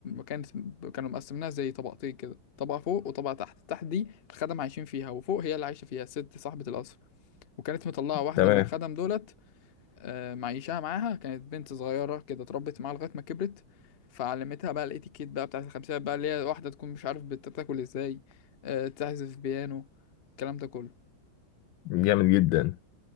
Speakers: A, on the left; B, on the left.
A: كانت كانوا مقسمينها زي طبقتين كده طبقة فوق وطبقة تحت تحت دي الخدم عايشين فيها وفوق هي اللي عايشة فيها الست صاحبة القصر وكانت مطلعة واحدة
B: تمام
A: من الخدم دولت آه، معيشاها معاها كانت بنت صغيرة كده اتربت معاها لغاية ما كبرت فعلمتها بقى الاتيكيت بقى بتاعت الخمسينات بقى اللي هي واحدة تكون مش عارف بتاكل ازاي آه، تعزف بيانو الكلام ده كله
B: جامد جدا